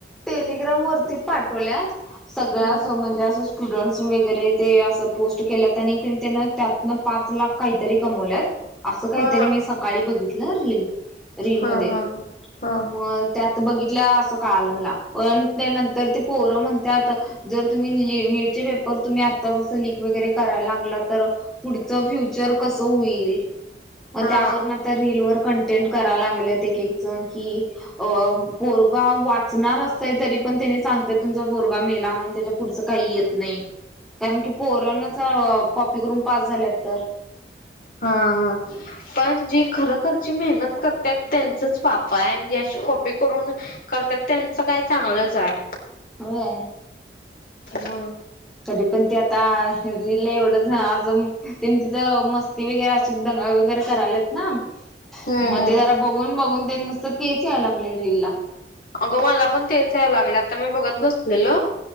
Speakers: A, in the centre; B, on the left.
A: टेलिग्राम वरती पाठवल्यात सगळ्
B: हा
A: म्हणजे असं स्टुडंट्स वगैरे ते असं पोस्ट केल्यात आणि त्यान त्यातनं पाच लाख काहीतरी कमवल्यात. असं काहीतरी
B: हा
A: मी सकाळी बघितलं रील रील मध्ये
B: हा हा हा
A: मग त्यात बघितल्या अस काल मला पण त्या नंतर ते पोरं म्हणतात जर तुम्ही नीटचे पेपर तुम्ही आताचं लिक वगैरे करायला लागला तर पुढचं फ्युचर कसं होईल? मग
B: हा
A: त्यावर ना तर रीलवर कंटेंट करायला लागलेत एक एक जण कि अ पोरगा वाचणार असतेय तरी पण त्यानी सांगत तुमचा पोरगा मेला म्हणे पुढ काही येत नाही कारण की पोराना कॉपी करून पास झाल्या तर.
B: हा हा पण जी खरोखरची मेहनत करतात त्यांचच पाप आहे आणि जि अशी कॉपी करून- करतात त्यांचं काय चांगलंच आहे.
A: व्हय.
B: मग
A: तरी पण ते आता रीलल एवढंच आजून तिथं मस्त- ते वगैरे अस दंगा वगैरे करायलेत ना-
B: हम्म
A: मग
B: हम्म
A: ते जरा बघून, बघून ते नुसतं तेच यायला लागले रीलला-
B: अगं मला पण तेच याय लागले, आता मी बघत बसलेलो